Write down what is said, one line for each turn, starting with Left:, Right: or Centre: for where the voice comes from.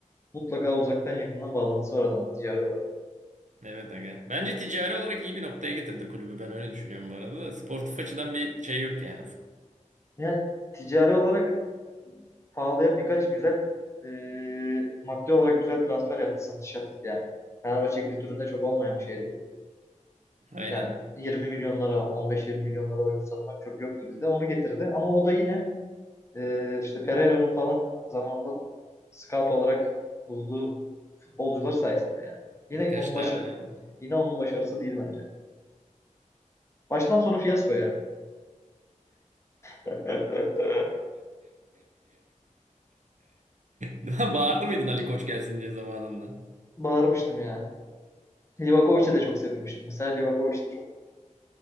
Left: mutlaka uzaktan yakından bağlantısı var adamla ticari olarak.
Right: Evet aga. Bence ticari olarak iyi bir noktaya getirdi kulübü. Ben öyle düşünüyorum bu arada. da. Sportif açıdan bir şey yok yani.
Left: Yani ticari olarak pahalıya birkaç güzel e, maddi olarak güzel transfer yaptı, satış yaptı yani. Fenerbahçe kültüründe çok olmayan bir şeydi bu.
Right: Aynen.
Left: Yani 20 milyonlara, 15-20 milyonlara oyun satmak çok yoktu bizde. Onu getirdi. Ama o da yine e, işte Pereira'nın falan zamanında scout olarak bulduğu futbolcular sayesinde yani.
Right: Birkaç
Left: Yine onun
Right: tane
Left: başı
Right: aynen.
Left: yine onun başarısı değil bence. Baştan sona fiyasko ya. <laughs>
Right: <laughs> Bağırdı mıydın Ali Koç gelsin diye zamanında?
Left: Bağırmıştım ya. Livakovic'e de çok sevinmiştim. Mesela Livakovic de çok